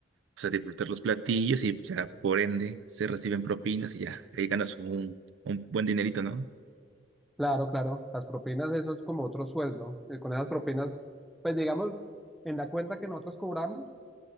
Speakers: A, on the right; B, in the centre.
A: pues, a disfrutar los platillos y pues, ya por ende se reciben propinas y ya, ahí ganas un, un buen dinerito, ¿no?
B: Claro, claro, las propinas, eso es como otro sueldo. Eh, Con esas propinas, pues, digamos, en la cuenta que nosotros cobramos,